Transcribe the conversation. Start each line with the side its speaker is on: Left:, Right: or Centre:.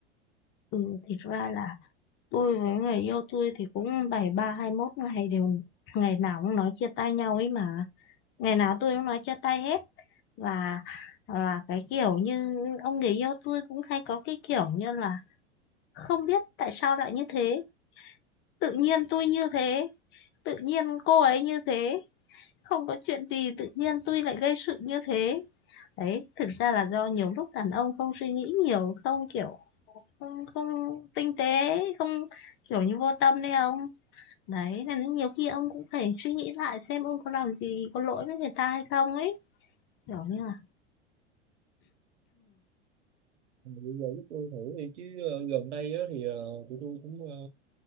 Left: Ừ, thì ra là tôi với người yêu tôi thì cũng bảy ba hai mốt ngày đều ngày nào cũng nói chia tay nhau ấy mà. Ngày nào tôi cũng nói chia tay hết. Và là cái kiểu như ông người yêu tôi cũng hay có cái kiểu như là không biết tại sao lại như thế. Tự nhiên tôi như thế, tự nhiên cô ấy như thế. Không có chuyện gì tự nhiên tôi lại gây sự như thế. Đấy, thực ra là do nhiều lúc đàn ông không suy nghĩ nhiều, không kiểu không không tinh tế không kiểu như vô tâm đấy ông đấy nên nhiều khi ông cũng phải suy nghĩ lại xem ông có làm gì có lỗi với người ta hay không ấy kiểu như là
Right: Mà bây giờ giúp tôi thử đi chứ ờ, gần đây á, thì ờ, tụi tôi cũng ờ,